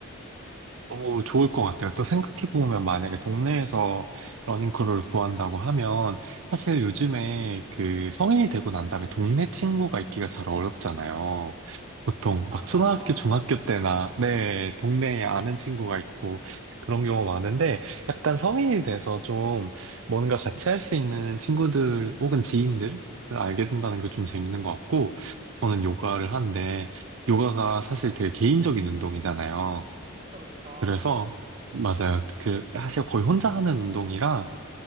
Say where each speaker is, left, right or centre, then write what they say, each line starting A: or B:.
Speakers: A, on the right (about 60°); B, on the right (about 30°).
A: 너무 좋을 것 같아요. 또 생각해보면 만약에 동네에서 러닝크루를 구한다고 하면 사실 요즘에 그 성인이 되고 난 다음에 동네 친구가 있기가 잘 어렵잖아요. 보통
B: 맞아요.
A: 막 초등학교, 중학교 때나 네, 동네에 아는 친구가 있고 그런 경우 많은데 약간 성인이 돼서 좀 뭔가 같이 할 수 있는 친구들 혹은 지인들을 알게 된다는 게 좀 재밌는 것 같고 저는 요가를 하는데 요가가 사실 되게 개인적인 운동이잖아요.
B: 그쵸, 그쵸.
A: 그래서 맞아요. 그 사실 거의 혼자 하는 운동이라